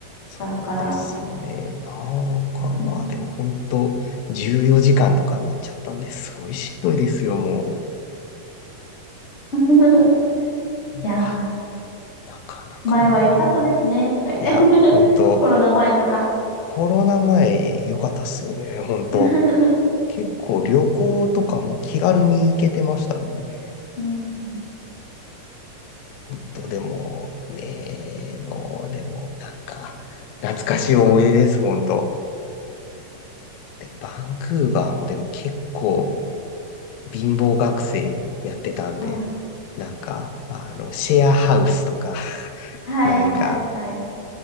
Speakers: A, on the left (about 90°); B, on the left (about 30°).
A: そうなんですよね。
B: したから。
A: なんかまあ、
B: うん
A: でも本当14時間とかになっちゃったんですごいしんどいですよ、も
B: <laughs>
A: う。うわ
B: いや
A: なかなかもう。
B: ー、前は良かったですね、とか言って。
A: いや、
B: <laughs>
A: 本当
B: コロナ前とか。
A: コロナ前良かったっすよね、本当。
B: <laughs> う
A: 結構旅行とかも気軽に行けてましたもんね。
B: ん <laughs>
A: 本当でも、ねえ、もうでも、なんか、懐かしい思い出です、本当。で、バンクーバーもでも結構貧乏学生やってたんで、
B: はい。
A: なんか、あの、シェアハウスとか、
B: はい、
A: なんか、
B: はい、はい。